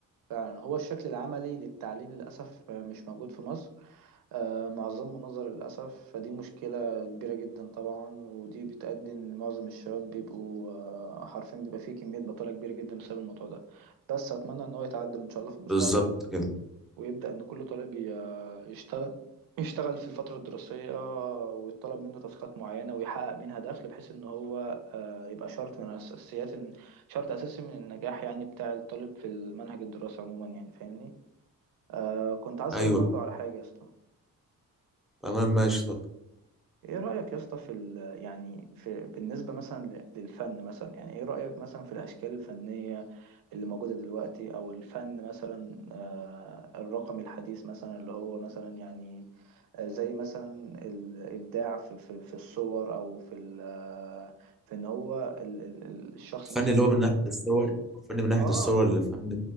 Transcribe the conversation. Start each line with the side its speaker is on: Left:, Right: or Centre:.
Right: فعلا هو الشكل العملي للتعليم للأسف مش موجود في مصر آه، معظمه نظر للأسف فدي مشكلة كبيرة جدا طبعا ودي بتؤدي إن معظم الشباب بيبقوا آه، حرفيا بيبقى فيه كمية بطالة كبيرة جدا بسبب الموضوع ده بس أتمنى إن هو يتعدل إن شاء الله في المستقبل
Centre: بالظبط كده
Right: ويبدأ إن كل طالب ي- يشتغل يشتغل في الفترة الدراسية ويطلب منه تاسكات معينة ويحقق منها دخل بحيث إن هو آه، يبقى شرط من أساسيات شرط أساسي من النجاح يعني بتاع الطالب في المنهج الدراسي عموما يعني فاهمني آه، كنت عايز أسألك
Centre: ايوه
Right: برضه على حاجة يا اسطى
Centre: تمام ماشي طب
Right: إيه رأيك يا اسطى في ال يعني في بالنسبة مثلا ل- للفن مثلا يعني إيه رأيك مثلا في الأشكال الفنية اللي موجودة دلوقتي أو الفن مثلا آه، الرقمي الحديث مثلا اللي هو مثلا يعني آه، زي مثلا الابداع في في في الصور او في ال- آه، في ان هو ال- ال- ال- الشخص
Centre: الفن
Right: مثلا
Centre: اللي هو من ناحيه الصور الفن من ناحيه
Right: اه
Centre: الصور اللي فن